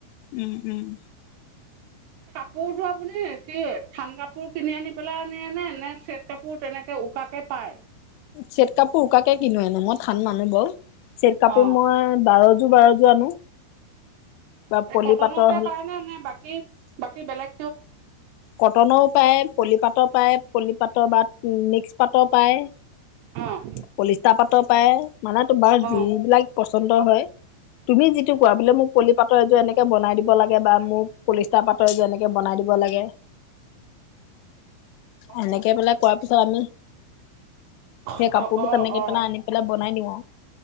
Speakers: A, on the left; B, on the right.
A: উম উম
B: সেই যে আপুনি কি থান কাপোৰ কিনি আনি পেলাইনে নে চেট কাপোৰ তেনেকে উকাকে পায়
A: চেট কাপোৰ উকাকে কিনো মই থান মানুহ বাৰু চেট কাপোৰ
B: অ',
A: মই বাৰ যোৰ বাৰ যোৰ আনো বা পলি
B: কটনতে
A: পাটৰ
B: পাই ন নে বাকী বাকী বেলেগ
A: কটনৰও পায় পলিপাতৰ পায় পলিপাতৰ বা মিক্স পাতৰ পায়
B: অ',
A: পলিষ্টা পাতৰ পায় মানে তোমাৰ
B: অ',
A: যিবিলাক পছ বন্ধ হয় তুমি যিটো কোৱা বোলে মোক পলিপাতৰ এযোৰ এনেকে বনাই দিব লাগে বা মোক পলিষ্টা পাতৰ এযোৰ এনেকে বনাই দিবলাগে
B: অ',
A: এনেকে বোলে কোৱাৰ পিছত আমি
B: অ
A: সেই কাপোৰটো
B: অ
A: তেনেকে
B: অ
A: পেলাই আনি পেলাই বনাই দিওঁ আৰু।